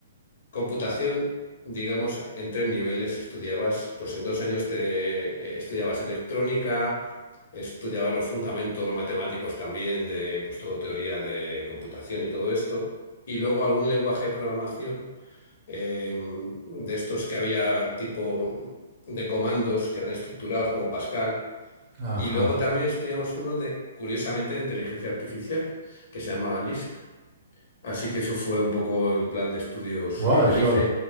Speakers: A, on the left; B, on the right.
A: Computación, digamos, en tres niveles estudiabas, pues en dos años te eh, estudiabas electrónica, estudiabas los fundamentos matemáticos también de, pues todo teoría de computación y todo esto, y luego algún lenguaje de programación eh, de estos que había tipo de comandos que eran estructurados como Pascal,
B: ajá.
A: y luego también estudiamos uno de, curiosamente, de inteligencia artificial que se llamaba Lisp. Así que eso fue un poco el plan de estudios
B: Wow,
A: que
B: eso,
A: yo hice.